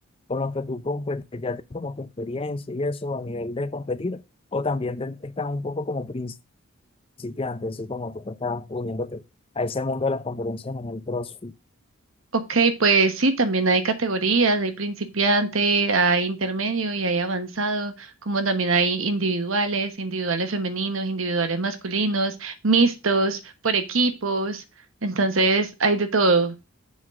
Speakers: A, on the left; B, on the right.
A: con lo que tú competes, ya tienes como que experiencia y eso, a nivel de competir, o también te- están un poco como principiantes principio así como tú te estabas uniéndote a ese mundo de las conferencias en el CrossFit.
B: Ok, pues sí, también hay categorías, hay principiante, hay intermedio y hay avanzado, como también hay individuales, individuales femeninos, individuales masculinos, mixtos, por equipos, entonces hay de todo,